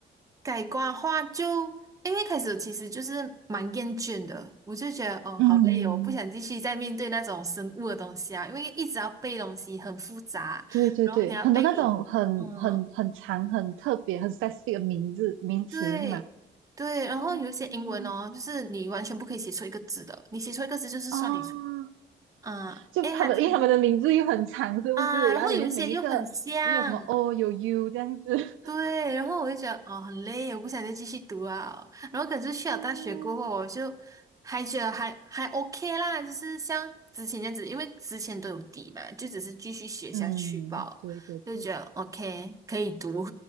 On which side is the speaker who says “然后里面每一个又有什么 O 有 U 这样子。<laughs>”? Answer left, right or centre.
Right